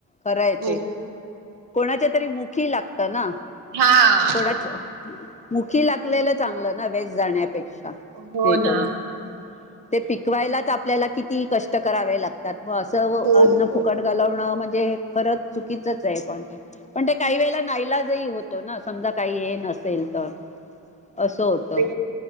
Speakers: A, on the left (about 20°); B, on the right (about 85°).
A: खरं आहे
B: हो
A: ते कोणाच्या तरी मुखी लागतं ना.
B: हा
A: कोणाच्या मुखी लागलेला चांगलं ना वेस्ट जाण्यापेक्षा.
B: हो
A: ते करून
B: ना
A: ते पिकवायलाच आपल्याला किती कष्ट करावे लागतात. त्यात म असं
B: हो
A: अन्न फुकट घालवणं म्हणजे खरंच चुकीचंच आहे पण. पण ते काही वेळे नाइलाजही होतो ना, समजा काही हे नसेल तर. असं होत.
B: ते